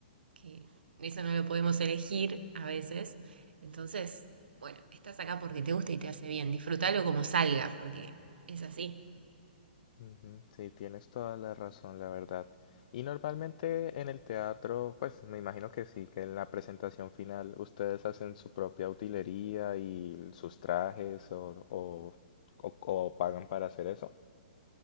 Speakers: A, on the right; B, on the left.
A: que eso no lo podemos elegir a veces. Entonces, bueno, estás acá porque te gusta y te hace bien. Disfrútalo como salga, porque es así.
B: Ujú, Sí, tienes toda la razón, la verdad. Y normalmente en el teatro, pues me imagino que sí, que en la presentación final ustedes hacen su propia utilería y sus trajes o, o- o- o pagan para hacer eso.